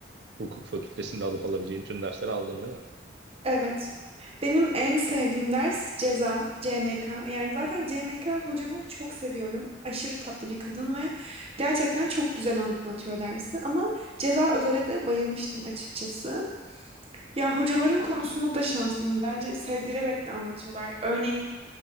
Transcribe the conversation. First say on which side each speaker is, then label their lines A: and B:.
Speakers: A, on the right (about 65°); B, on the right (about 30°).
A: Hukuk fakültesinde alıp alabileceğin tüm dersleri aldın değil mi?
B: Evet. Benim en sevdiğim ders ceza, CMK. Yani zaten CMK hocamı çok seviyorum. Aşırı tatlı bir kadın ve gerçekten çok güzel anlatıyor dersi. Ama ceza özele de bayılmıştım açıkçası. Ya hocalarım konusunda da şanslıyım. Bence sevdirerek de anlatıyorlar. Örneğin